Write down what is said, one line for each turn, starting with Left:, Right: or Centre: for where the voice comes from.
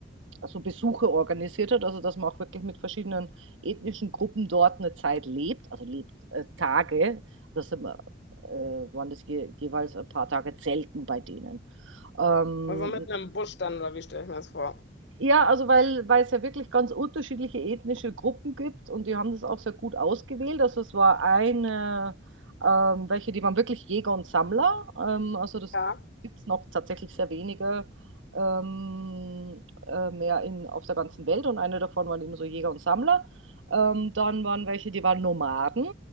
Right: also Besuche organisiert hat, also dass man auch wirklich mit verschiedenen ethnischen Gruppen dort eine Zeit lebt, also lebt äh, Tage, das sind, äh, waren das je, jeweils ein paar Tage Zelten bei denen. Ähm,
Left: Also mit einem Busch dann, oder wie stelle ich mir das vor?
Right: ja, also weil, weil es ja wirklich ganz unterschiedliche ethnische Gruppen gibt und die haben das auch sehr gut ausgewählt. Also es war eine, ähm, welche, die waren wirklich Jäger und Sammler. Ähm, also das
Left: Ja.
Right: gibt es noch tatsächlich sehr wenige ähm, äh, mehr in, auf der ganzen Welt und eine davon waren eben so Jäger und Sammler. Ähm, dann waren welche, die waren Nomaden